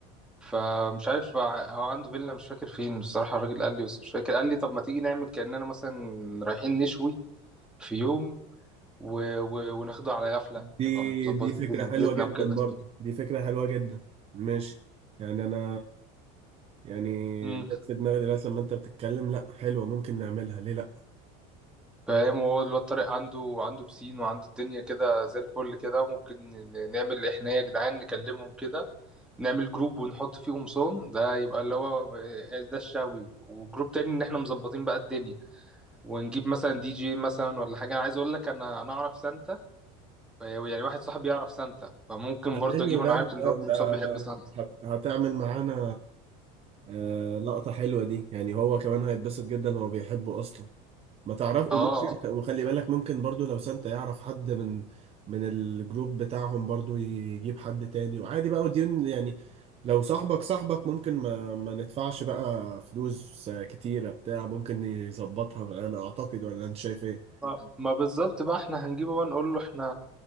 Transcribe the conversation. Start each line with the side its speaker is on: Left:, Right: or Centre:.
Centre: فمش عارف ع- هو عنده فيلا مش فاكر فين بصراحة الراجل قال لي بس مش فاكر قال لي طب ما تيجي نعمل كأننا مثلا رايحين نشوي في يوم و... و... وناخده على غفلة
Right: دي
Centre: نبقى مظبطين
Right: دي فكرة حلوة
Centre: دنيتنا
Right: جدا
Centre: وكده
Right: برضو دي فكرة حلوة جدا ماشي يعني أنا يعني
Centre: امم
Right: جت في دماغي دلوقتي لما أنت بتتكلم لأ حلوة ممكن نعملها ليه لأ
Centre: فاهم وهو الواد طارق عنده عنده بسين وعنده الدنيا كده زي الفل كده ممكن ن- نعمل احنا يا جدعان نكلمهم كده نعمل جروب ونحط فيه قمصان ده يبقى اللي هو آه، ده الشاوي وجروب تاني ان احنا مظبطين بقى الدنيا ونجيب مثلا دي جي مثلا ولا حاجه انا عايز اقول لك انا انا اعرف سانتا يعني واحد صاحبي يعرف سانتا فممكن
Right: ده
Centre: برضه
Right: حلو
Centre: اجيبه انا
Right: ده
Centre: عارف ان الواد
Right: ده,
Centre: قمصان
Right: ده
Centre: بيحب سانتا
Right: هت هتعمل معانا آه لقطة حلوة دي يعني هو كمان هيتبسط جدا هو بيحبه أصلا ما تعرف
Centre: اه
Right: وممكن وخلي بالك ممكن برضو لو سانتا يعرف حد من من الجروب بتاعهم برضو يجيب حد تاني وعادي بقى وديون يعني لو صاحبك صاحبك ممكن ما ما ندفعش بقى فلوس كتيرة بتاع ممكن يظبطها انا اعتقد ولا انت شايف ايه
Centre: ما ما بالظبط بقى احنا هنجيبه بقى نقول له احنا